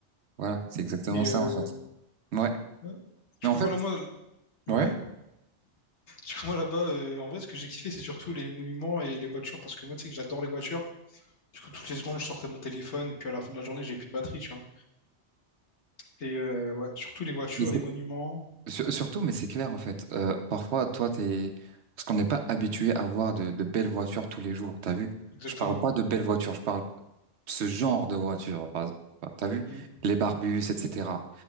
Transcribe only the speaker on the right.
voilà. C'est exactement
ça,
en fait. Ouais,
mais
en fait,
ouais.
mais c'est-
sur- surtout, mais c'est clair, en fait. Euh, parfois, toi, t'es parce qu'on n'est pas habitué à voir de, de belles voitures tous les jours. T'as vu?
Je parle pas de belles voitures, je parle ce genre de voiture, par exemple. Enfin, T'as vu?
Les Barbus, etc.